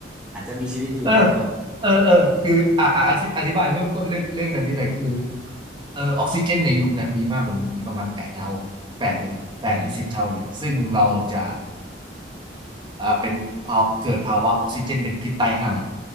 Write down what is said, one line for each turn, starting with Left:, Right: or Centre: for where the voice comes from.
Centre: อาจจะมีชีวิตอยู่ได้ก่อน
Right: เออเออเออคืออ่าอะอธิอธิบายเพิ่มต้นเรื่องเรื่องนั้นนิดหน่อยคือเออออกซิเจนในยุคนั้นมีมากกว่ายุคนี้ประมาณแปดเท่าแปดหรือแปดหรือสิบเท่าเลยซึ่งเราจะ
Centre: อืม
Right: อ่าเป็นภาวะเกิดภาวะออกซิเจนเป็นพิษตายห่า